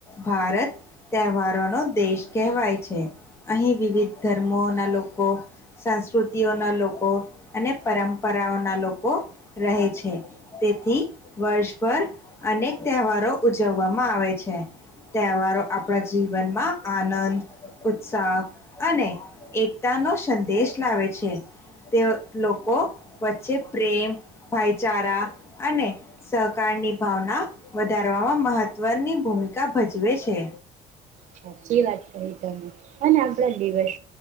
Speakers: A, on the left (about 15°); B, on the right (about 50°).
A: ભારત તહેવારોનોો દેશ કહેવાય છે અહીં વિવિધ ધર્મોના લોકો સંસ્કૃતિઓના લોકો અને પરંપરાઓના લોકો રહે છે તેથી વર્ષ પર અનેક તહેવારો ઉજવવામાં આવે છે તહેવારો આપણા જીવનમાં આનંદ ઉત્સાહ અને એકતાનોો સંદેશ લાવે છે તે લોકો વચ્ચે પ્રેમ, ભાઈચારા અને કાળની ભાવના વધારવામાં મહત્વની ભૂમિકા ભજવે છે.
B: સાચી વાત છે એ તને અને આપણા દિવસ